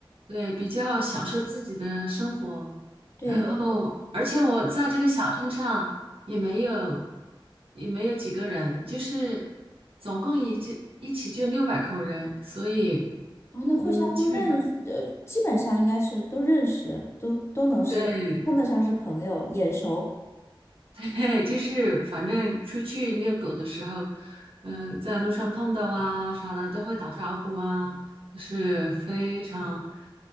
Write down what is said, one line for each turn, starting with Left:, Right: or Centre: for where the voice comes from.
Right: 对，比较享受自己的生活。
Left: 对。
Right: 然后，而且我在这个小镇上也没有也没有几个人，就是总共也就一起就六百口人，所以
Left: 哦，那互相都认识，
Right: 嗯，基本上
Left: 呃，基本上应该是都认识，都都能是称得上是朋友，
Right: 对。
Left: 眼熟。
Right: <laughs> 对，就是反正出去遛狗的时候，嗯，在路上碰到啊啥的都会打招呼啊，就是非常